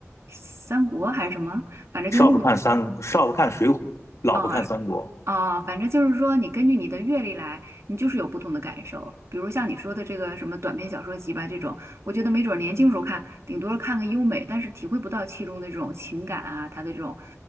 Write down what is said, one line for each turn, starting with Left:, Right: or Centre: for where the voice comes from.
Right: 三国还是什么，反正就那个，
Left: 少不看三，少不看水浒，老不看三国，
Right: 啊、啊，反正就是说，你根据你的阅历来，你就是有不同的感受。比如像你说的这个什么短篇小说集吧，这种，我觉得没准儿年轻时候看，顶多看个优美，但是体会不到其中的这种情感啊，它的这种